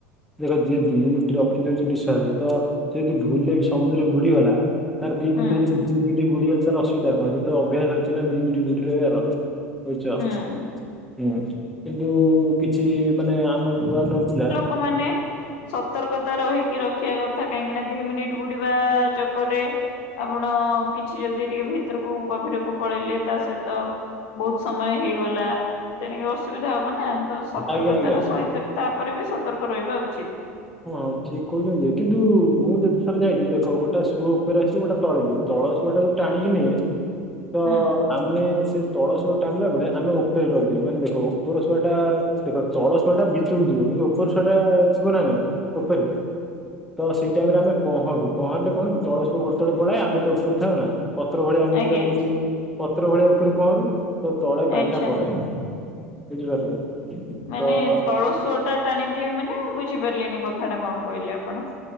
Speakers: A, in the centre; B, on the left.
A: ଦେଖ ଯିଏ ଦି ମିନିଟ୍ ରଖିଦଉଛି ନିଃଶ୍ୱାସ ତ ସେ ଦି ଭୁଲ୍ ରେ ବି ସମୁଦ୍ର ବୁଡିଗଲା ତାର ଦି ମିନିଟରେ
B: ହୁଁ
A: ଯ ଦି ମିନିଟ୍ ବୁଡିଗଲେ ତାର ଅସବିଧା କଣ ସେ ତ ଅଭ୍ୟାସ ଅଛି ନା ଦିଇ ମିନିଟ୍ ବୁଡି ରହିବାର। ବୁଝଛ
B: ହୁଁ।
A: ହୁଁ କିନ୍ତୁ କିଛି ମାନେ ନ ନୂଆ ନୂଆ ଥିଲା।
B: କୁମାନେ ସତର୍କତା ରହିକି ରଖିବା କଥା କାହିଁକି ନା ଦି ମିନିଟ ବୁଡିବା ଚକରରେ ଆପଣ କିଛି ଯଦି ଟିକେ ଭିତରକୁ ଗଭୀରକୁ ପଳେଇଲେ ତା ସହିତ ବହୁତ ସମୟ ହେଇଗଲା ତେଣକି ଅସୁବିଧା ହବନା। ତ ସତର୍କତା
A: ଆଜ୍ଞା ଆଜ୍ଞା।
B: ର ସହିତ ତେବେ ତାପରେ ବି ସତର୍କ ରହିବା ଉଚିତ୍।
A: ହଁ ହଁ ଠିକ କହୁଛନ୍ତି କିନ୍ତୁ ମୁଁ ଯେତେଥର ଯାଇଛି ଦେଖ ଗୋଟେ ସୁଅ ଉପରେ ଆସିବ ଗୋଟେ ତଳେ ଯିବ। ତଳସୁଆ ଟାକୁ ଟାଣିକି ନିଏ। ତ
B: ହୁଁ
A: ଆମେ ସେ ତଳସୁଆ ଟାଣିଲା ବେଳେ ଆମେ ଉପରେ ରହିଯାଉ ମାନେ ଦେଖ ଉପର ସୁୁଆ ଟା ଦେଖ ତଳସୁଆ ଟା ଭିତରକୁ ଯିବ। କିନ୍ତୁ ଉପର ସୁଆଟା ଥିବ ନା ନାଇଁ ଉପରେ। ତ ସେଇ ଟାଇମ ରେ ଆମେ ପହଁରୁ ପହଁରିଲେ କଣ କି ତଳ ସୁଆଟା ଗୋଡ ତଳେ ପଳାଏ ଆମେ ତ ଉପରେ ଥାଉ ନା। ପତ୍ର ଭଳିଆ ଆମେ
B: ଆଜ୍ଞା
A: ପୁରା ଆମେ ଯୋଉ ପତ୍ର ଭଳିଆ ଉପରେ ପହଁରୁ। ତ ତଳେ ପାଣି
B: ଆଚ୍ଛା।
A: ଟା ପଳାଏ ବୁଝିପାରୁଛନ୍ତି?
B: ମାନେ
A: ତ
B: ତଳସୁଆଟା ଟାଣିଦିଏ ମାନେ ବୁଝିପାରିଲିନି କଥା ଟା କଣ କହିଲେ ଆପଣ?